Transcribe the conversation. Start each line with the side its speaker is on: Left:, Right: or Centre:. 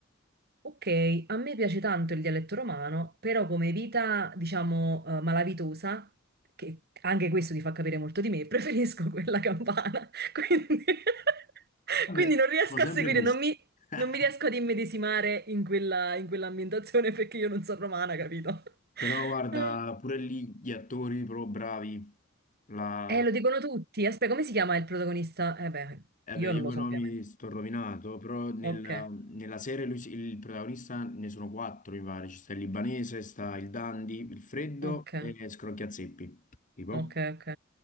Right: Ok, a me piace tanto il dialetto romano, però come vita, diciamo, eh, malavitosa, che anche questo ti fa capire molto di me, <laughs> preferisco quella campana. <laughs> Quindi, <laughs>
Left: Vabbè,
Right: quindi non riesco
Left: sono sempre
Right: a seguire,
Left: gusti.
Right: non mi,
Left: <laughs>
Right: non mi riesco ad immedesimare in quella, in quell'ambientazione perché io non sono romana, capito?
Left: Però guarda,
Right: <laughs>
Left: pure lì gli attori proprio bravi. La...
Right: Eh, lo dicono tutti. Aspetta, come si chiama il protagonista? Eh beh,
Left: eh,
Right: io
Left: beh, io
Right: non lo
Left: con
Right: so,
Left: i nomi
Right: ovviamente.
Left: sto rovinato, però nella,
Right: Ok,
Left: nella serie lui si- il protagonista ne sono quattro, mi pare. Ci sta il libanese, sta il Dandy, il Freddo
Right: ok.
Left: e Scrocchiazeppi. Tipo.
Right: Ok, ok.